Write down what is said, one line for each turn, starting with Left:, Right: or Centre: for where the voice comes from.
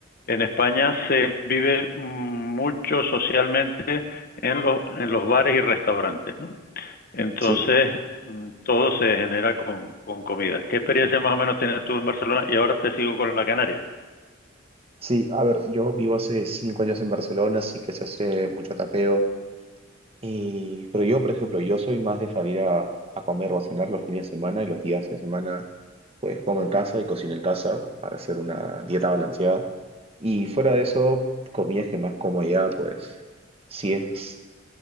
Left: en España se vive mucho socialmente en los, en los bares y restaurantes, ¿no? Entonces,
Right: Sí,
Left: mm, todo se genera con, con comida. ¿Qué experiencia más o menos tienes tú en Barcelona? Y ahora te sigo con la Canaria.
Right: sí, a ver, yo vivo hace cinco años en Barcelona, así que se hace mucho tapeo, Y, pero yo, por ejemplo, yo soy más de salir a, a comer o a cenar los fines de semana y los días de semana, pues como en casa y cocino en casa para hacer una dieta balanceada. Y fuera de eso, comidas que más como allá, pues si es